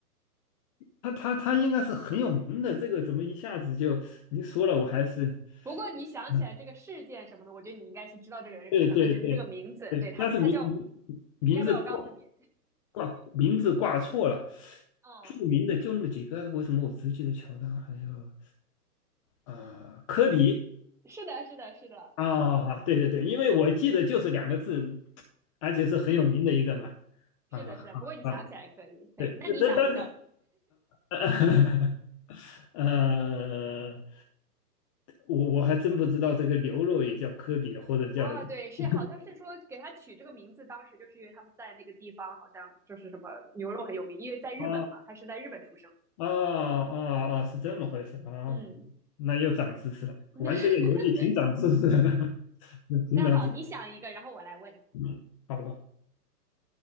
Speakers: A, on the left; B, in the centre.
A: 他他他应该是很有名的，这个怎么一下子就你说了，我还是
B: 不过你想起来这个事件什么的，
A: 嗯，
B: 我觉得你应该是知道这个人可能只是这个名字，
A: 对对对对，
B: 对他，
A: 但是名名
B: 他叫，
A: 名字挂
B: 你要不要我告诉你？
A: 挂名字挂错了，
B: 嗯，
A: 著名的就那么几个，为什么我只记得乔丹，还有啊、科比
B: 是的，是的，是的，
A: 啊，
B: 是的，
A: 对对对，
B: 嗯
A: 因为我记得就是两个字，而且是很有名的一个嘛，
B: 嗯，是的，
A: 啊啊，
B: 是的。不过你想起来可以，
A: 啊
B: 可以。
A: 对，
B: 那你想一个
A: 但但但 <laughs> 呃，我我还真不知道这个牛肉也叫科比，或者叫
B: 啊？对，
A: <laughs>
B: 是好像是说给他取这个名字，当时就是因为他们在那个地方好像就是什么牛肉很有名，因为在日本嘛，
A: 啊
B: 他是在日本出生。
A: 啊啊啊，是这么回事啊、
B: 嗯，
A: 哦那又长知识了，
B: <laughs>
A: 玩这个游戏挺长知识的，<laughs> 挺长知识。
B: 那好，你想一个，然后我来问，行，
A: 嗯好吧，